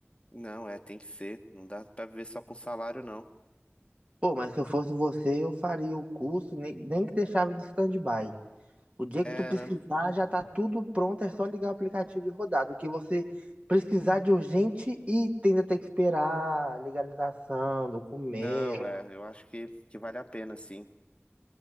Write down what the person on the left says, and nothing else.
Não, é, tem que ser. Não dá pra viver só com salário, não.
É,
né?
Não, é, eu acho que, que vale a pena, sim.